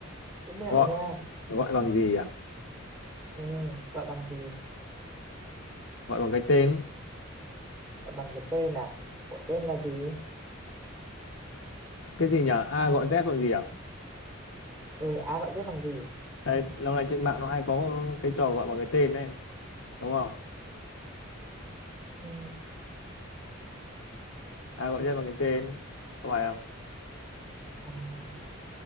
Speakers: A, on the right; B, on the left.
A: cũng mẹo
B: gọi
A: nha
B: gọi bằng gì à
A: ừ, gọi bằng gì
B: gọi bằng cái tên
A: gọi bằng cái tên à của tên là gì
B: cái gì nhỉ a gọi z bằng gì à
A: ừ, a gọi tên bằng gì
B: đây lâu nay trên mạng nó hay có cái trò gọi bằng cái tên này đúng không
A: ừ,
B: a gọi z bằng cái tên có phải không
A: um,